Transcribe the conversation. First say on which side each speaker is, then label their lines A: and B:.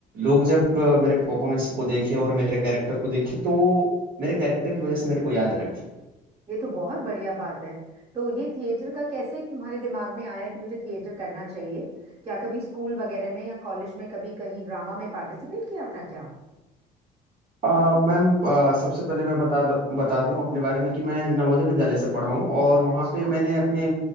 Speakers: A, on the right (about 60°); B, on the right (about 35°).
A: लोग जब अ, मेरे परफॉर्मेंस को देखें और मेरे कैरेक्टर को देखें तो वो मेरे कैरेक्टर की वजह से मेरे को याद रखें
B: ये तो बहुत बढ़िया बात है तो ये थिएटर का कैसे तुम्हारे दिमाग में आया कि मुझे थिएटर करना चाहिए क्या कभी स्कूल वगैरह में या कॉलेज में कभी कहीं ड्रामा में पार्टिसिपेट किया था क्या
A: अ, मैम अ, सबसे पहले मैं बता बता दूं अपने बारे में कि मैं नवोदय विद्यालय से पढ़ा हूं और वहां
B: अच्छा
A: पे मैंने अपने